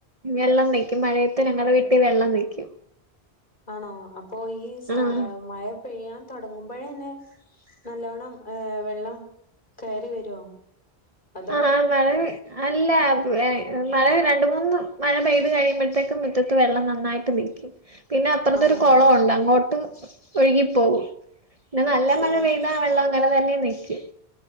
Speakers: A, on the right; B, on the left.
A: വെള്ളം നിക്കും മഴയത്ത് ഞങ്ങളെ വീട്ടി വെള്ളം നിക്കും
B: ആണോ അപ്പൊ ഈ സ്റ്റ
A: ആഹ്
B: മഴ പെയ്യാൻ തുടങ്ങുമ്പോഴന്നെ നല്ലോണം ഏ വെള്ളം കയറി വരോ അതോ
A: ആഹ് മഴ വെ അല്ലാ മഴ രണ്ട് മൂന്ന് മഴ പെയ്ത് കഴിയുമ്പോഴത്തേക്കും മുറ്റത്ത് വെള്ളം നന്നായിട്ട് നിൽക്കും പിന്നെ അപ്പറത്തൊരു
B: ആണോ
A: കൊളോണ്ട് അങ്ങോട്ട് ഒഴുകിപ്പോകും പിന്നെ നല്ല മഴ
B: ഓ
A: ലാ വെള്ളം അങ്ങനെ തന്നെ നിക്കും